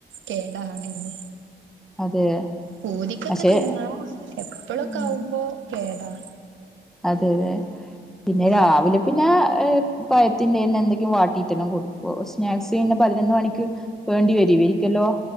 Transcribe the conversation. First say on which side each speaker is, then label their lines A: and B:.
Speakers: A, on the right; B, in the centre.
A: കേണ്ട <unintelligible> ണ്ന്ന്
B: അതെ
A: പൂതിക്കൊക്കെ
B: പക്ഷെ
A: തിന്നണം എപ്പ ളൊക്കെ
B: ഉം
A: ആകുമ്പോ കേടാ
B: അതെ അതെ പിന്നെ
A: ഉം
B: രാവിലെ പിന്നെ പഴയത്തിന്റെറെ തന്നെ എന്തെക്കെ വാട്ടിയിട്ടെല്ലാം കൊടുക്കോ സ്നാക്സ് കെ പതിനൊന്ന് മണിക്ക് വേണ്ടി വരു വിരിക്കല്ലോ.